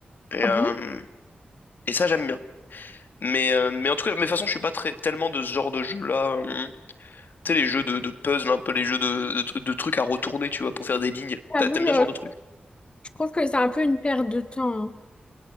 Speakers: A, on the left; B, on the left.
A: Et,
B: Ah
A: euh,
B: bon?
A: et ça, j'aime bien. Mais, euh, mais en tout cas, mais de toute façon, je suis pas très, tellement de ce genre de jeu-là. euh, tu sais, les jeux de, de puzzle, un peu les jeux de, de, de trucs à retourner, tu vois, pour faire des lignes.
B: J'avoue,
A: T'a- T'aimes bien
B: euh,
A: ce genre de truc?
B: Je trouve que c'est un peu une perte de temps. hein.